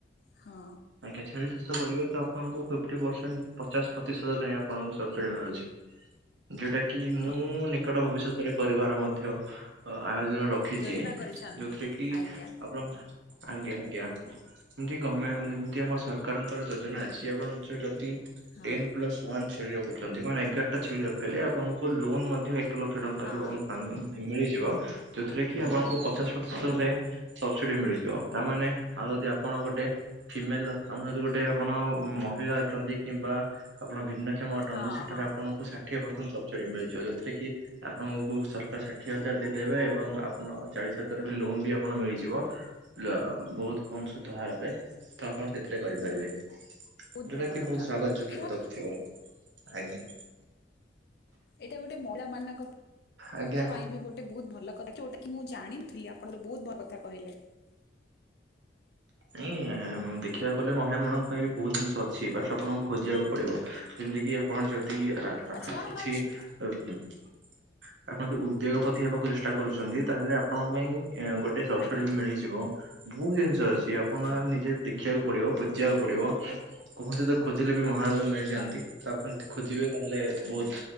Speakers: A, on the left; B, on the right.
A: ହଁ।
B: ଆଜ୍ଞା ଛେଳି ଚାଷ କରିବେ ତ ଆପଣଙ୍କୁ ଫିଫ୍ଟି ପରସେଣ୍ଟ ପଚାଶ ପ୍ରତିଶତ ଯାଏ ଆପଣଙ୍କୁ ସବସିଡି ମିଳୁଛି ଯୋଉଟା କି ମୁଁ
A: ହଁ
B: ନିକଟ ଭବିଷ୍ୟତରେ କରିବାର ମଧ୍ୟ ଆୟୋଜନ ର ରଖିଛି
A: ଯୋଜନା କରିଛନ୍ତି
B: ଯୋଉଥିରେ କି
A: ଆଜ୍ଞା
B: ଆପଣ ଆଜ୍ଞା ଆଜ୍ଞା। ଏମିତି ଗମେ ଯେମତି ଆମ ସରକାରଙ୍କର ଯୋଜନା ଅଛି ଆପଣ ଯଦି
A: ହଁ
B: ଟେନ ପ୍ଲସ ୱାନ୍ ଛେଳି ରଖୁଛନ୍ତି ମେ ଏଗାରଟା ଛେଳି ରଖେଇଲେ ଆପଣଙ୍କୁ ଲୋନ ମଧ୍ୟ ଲକ୍ଷ ଟଙ୍କା
A: ହଁ
B: ର ଲୋନ୍ ପାନ-ମିଳିଯିବ ଯୋଉଥିରେ କି ଆପଣଙ୍କୁ
A: ହଁ
B: ପଚାଶ ପ୍ରତିଶତ ଯାଏଁ ସବସିଡି ମିଳିଯିବ ଆଉ ତାମାନେ ଆଉ ଯଦି ଆପଣ ଗୋଟେ ଫିମେଲ ଆମର ଯତି ଗୋଟେ ଆପଣ ମହିଳା ଅଛନ୍ତି କିମ୍ବା ଆପଣ ଭିନ୍ନକ୍ଷମ ଅଟନ୍ତି
A: ହଁ
B: ସେଠାରେ
A: ହଁ
B: ଆପଣଙ୍କୁ ଷାଠିଏ ପରସଣ୍ଟ ସବସିଡି ମିଳିଯିବ ଯେଉଥିରେ କି ଆପଣଙ୍କୁ ସରକାର ଷାଠିଏ ହଜାର ଦେଇଦେବେ ଏବଂ ଆପଣ ଚାଳିଶ ହଜାର ବି ଲୋନ ବି ଆପଣ ମିଳିଯିବ ବହୁତ କମ ସୁଧ ହାରରେ ତ ଆପଣ ସେଥିରେ କରିପାରିବେ।
A: ବହୁ-
B: ଯେଉଟା
A: ବହୁତ ଭଲ
B: କି
A: କଥା
B: ବହୁତ ସ୍ଵାଗତ ଯୋଗ୍ୟ
A: ଏଇଟା
B: ପଦକ ଥିବ ଆଜ୍ଞା।
A: ଏଇଟା ଗୋଟେ ମହିଳା ମାନଙ୍କ
B: ଆଜ୍ଞା କ
A: ପାଇଁ ବି ଗୋଟେ ଗୋଟା ବହୁ ଭଲ କଥାଉଟା ମୁଁ ଜାଣିଥିଲି ଆପଣ ଗୋଟେ ବହୁତ ଭଲ କଥା କହିଲେ।
B: ଏଁ ଦେଖିବାକୁ ଗଲେ ମହିଳା ମାନଙ୍କ ପାଇଁ ବି ବହୁତ ଜିନିଷ ଅଛି ବାଷ୍ଟ ଆପଣଙ୍କୁ ଖୋଜିବାକୁ ପଡିବ ଯେମିତି କିି ଆପଣ ଯଦି
A: ଆଚ୍ଛା କଣ
B: କିଛି
A: କଣ ଅଛି
B: ଆପଣ ଯଦି ଉଦ୍ୟୋଗପତି ହେବାକୁ ଚେଷ୍ଟା କରୁଛନ୍ତି ତାହେଲେ ଆପଣଙ୍କ ପାଇଁ ଗୋଟେ ସବସିଡି
A: ଆଜ୍ଞା
B: ମିଳିଯିବ ବହୁତ ଜିନିଷ ଅଛି ଆପଣ
A: ହଁ
B: ନିଜେ ଦେଖିବାକୁ ପଡିବ ଖୋଜିବାକୁ ପଡିବ କୁହନ୍ତି ତ ଖୋଜିଲେ ବି ମହାଦେବ ମିଳିଯାନ୍ତି
A: ହଁ
B: ତାକୁ ଆପଣ ଯଦି ଖୋଜିବେ ତାହେଲେ ବହୁତ